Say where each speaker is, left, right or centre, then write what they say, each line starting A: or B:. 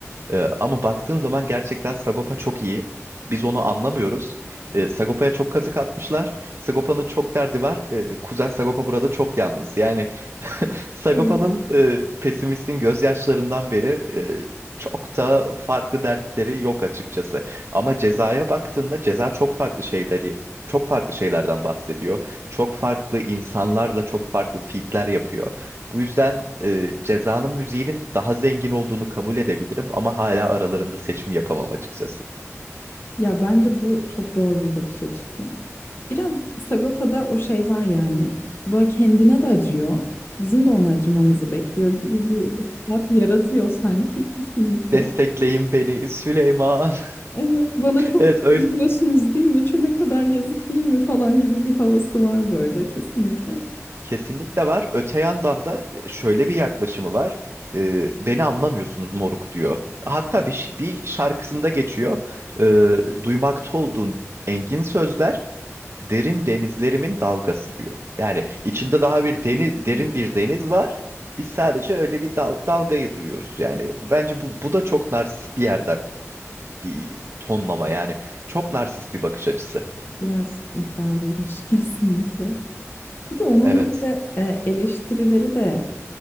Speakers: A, on the right; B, on the left.
A: Ee, ama baktığın zaman gerçekten Sagopa çok iyi. Biz onu anlamıyoruz. Ee, Sagopa'ya çok kazık atmışlar. Sagopa'nın çok derdi var. Ee, kuzen Sagopa burada çok yalnız. Yani Sagopa'nın
B: Evet.
A: e, pesimistin gözyaşlarından beri e, çok da farklı dertleri yok açıkçası. Ama cezaya baktığında ceza çok farklı şeyleri çok farklı şeylerden bahsediyor. Çok farklı insanlarla çok farklı feat'ler yapıyor. Bu yüzden e, cezanın müziğinin daha zengin olduğunu kabul edebilirim ama hala aralarında seçim yapamam açıkçası.
B: Ya bence bu çok doğru bir bakış açısı. Biraz Sagopa'da o şey var yani. Böyle kendine de acıyor. Bizim de ona acımamızı bekliyor gibi bir hissiyat yaratıyor sanki kesinlikle.
A: Destekleyin beni Süleyman. <laughs>
B: Evet, bana çok
A: Evet öyle.
B: üzülüyorsunuz değil mi? Çok ne kadar yazık değil mi falan gibi bir havası var böyle kesinlikle.
A: Kesinlikle var. Öte yandan da e, şöyle bir yaklaşımı var. Ee, beni anlamıyorsunuz moruk diyor. Hatta bir, ş- bir şarkısında geçiyor. Ee, duymakta olduğun engin sözler derin denizlerimin dalgası diyor. Yani içinde daha bir deniz,
B: Hmm.
A: derin bir deniz var. Biz sadece öyle bir dal- dalgayı duyuyoruz. Yani bence bu, bu da çok narsist bir yerden bir tonlama. Yani çok narsist bir bakış açısı.
B: Biraz iddialıymış <laughs> kesinlikle. Bir de onun
A: Evet.
B: böyle e, eleştirileri de